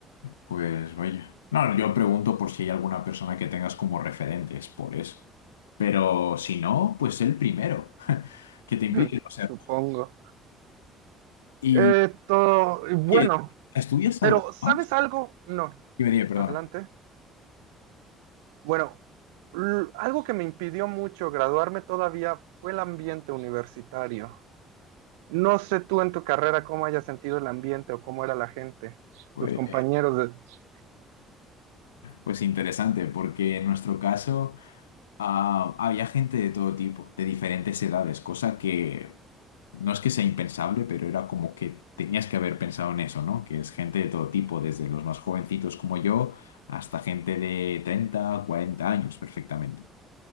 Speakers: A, on the left; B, on the right.
A: Pues vaya. No, yo pregunto por si hay alguna persona que tengas como referente, es por eso. Pero si no, pues el primero <laughs>
B: <laughs>
A: que te impide,
B: Hmm,
A: o sea,
B: supongo.
A: y,
B: Eh, to- bueno,
A: Oye, ¿estudias
B: pero
A: algo
B: ¿sabes
A: más?
B: algo? No.
A: Dime, dime, perdón.
B: Adelante. Bueno, l- algo que me impidió mucho graduarme todavía fue el ambiente universitario. No sé tú en tu carrera cómo hayas sentido el ambiente o cómo era la gente,
A: Pues,
B: tus compañeros.
A: pues interesante, porque en nuestro caso ah, había gente de todo tipo, de diferentes edades, cosa que no es que sea impensable, pero era como que tenías que haber pensado en eso, ¿no? Que es gente de todo tipo, desde los más jovencitos como yo hasta gente de 30, 40 años, perfectamente.